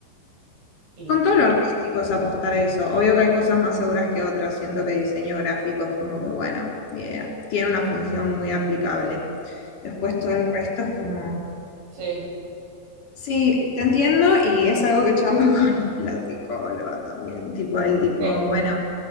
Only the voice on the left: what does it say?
Con todo lo artístico es apostar a eso. Obvio que hay cosas más seguras que otras. Siento que diseño gráfico es como que, bueno, ni idea. Tiene una función muy aplicable. Después todo el resto es como,
sí, te entiendo y es algo que charlo <laughs> con la psicóloga también. Tipo, el tipo,
bueno,